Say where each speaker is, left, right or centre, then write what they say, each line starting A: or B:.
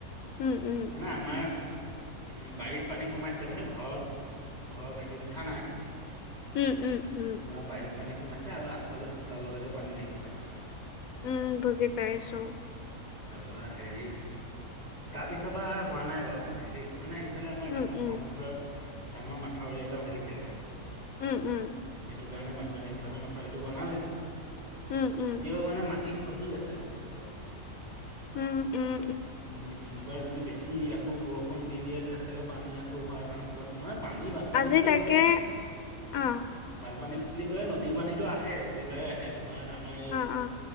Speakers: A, on the left (about 75°); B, on the right (about 30°).
A: উম উম
B: মানে আমাৰ উম, বাৰীত পানী সোমাইছে মানে ঘৰত ঘৰৰ ভেটিত উঠা নাই।
A: উম উম উম
B: তোমাৰ বাৰীত পানী সোমাইছে আৰু আগফালে চোতাললৈকে পানী আহিছে মানে।
A: উম, বুজি পাইছো।
B: তাৰ পৰাৰা হেৰি তাৰপিছৰ বা হোৱা নাই বাৰু পানী দেই মানে ইফালে আমাৰ
A: উম
B: ডাঙৰ
A: উম
B: ব্ৰহ্মপুত্ৰৰ ডাঙৰ মাথাউৰি এটা ভাাগিছিলে
A: উম, উম
B: সটো কাৰণে বানপানী হিচাপে মাথাউৰিটো বনালে
A: উম উম
B: এতিয়াও মানে অতি খহি আছে মানে এতিয়াও
A: উম উম
B: উম, এইবাৰ যদি বে বেছি আকৌ বৰষুণ দি দিয়ে তেতিয়া চাগে পানী আকৌ হোৱাৰ চান্স আছে নহয় পানী বানপানী
A: আজি
B: বুলি
A: তাকে
B: ক'লে
A: অ
B: বানপানী বুলি ক'লে নদীৰ পানীটো আহে প্ৰতিবাৰে আহে তোমাৰ আমাৰ এই
A: অ অ